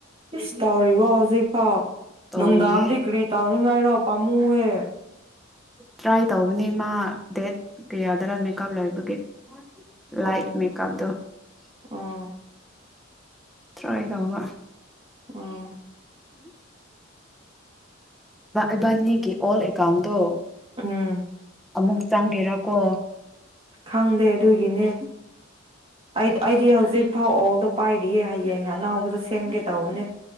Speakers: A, on the right; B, in the centre.
A: ꯏꯁꯁ ꯇꯧꯔꯤꯕꯣ ꯍꯧꯖꯤꯛꯐꯥꯎ
B: ꯇꯧꯔꯤꯌꯦ
A: ꯅꯣꯡꯗꯥꯥꯡꯒꯗ ꯀꯔꯤ ꯇ ꯉꯥꯏꯔꯣ ꯄꯥꯝꯃꯨꯑꯦ
B: ꯇ꯭ꯔꯥꯏ ꯇꯧꯕꯅꯤ ꯃꯥ ꯗꯦꯠ ꯀꯌꯥꯗꯔ ꯃꯦꯀꯞ ꯂꯩꯕꯒꯤ ꯂꯥꯏ
A: ꯑꯣ
B: ꯃꯦꯀꯥꯞꯗ
A: ꯑꯣ
B: ꯇ꯭ꯔꯥꯏ ꯇꯧꯕ
A: ꯑꯣ
B: ꯏꯕꯥꯅꯤꯒꯤ ꯑꯣꯜ ꯑꯦꯀꯥꯎꯟꯗꯣ
A: ꯎꯝ
B: ꯑꯃꯨꯛ ꯆꯪꯒꯦꯔꯥꯀꯣ
A: ꯈꯪꯗꯦ ꯑꯗꯨꯒꯤꯅꯦ ꯑꯩ ꯑꯩꯗꯤ ꯍꯧꯖꯤꯛ ꯐꯥꯎ ꯑꯣꯜꯗꯣ ꯄꯥꯏꯔꯤꯌꯦ ꯍꯌꯦꯡ ꯑꯅꯥꯎꯕꯗ ꯁꯦꯝꯒꯦ ꯇꯧꯕꯅꯦ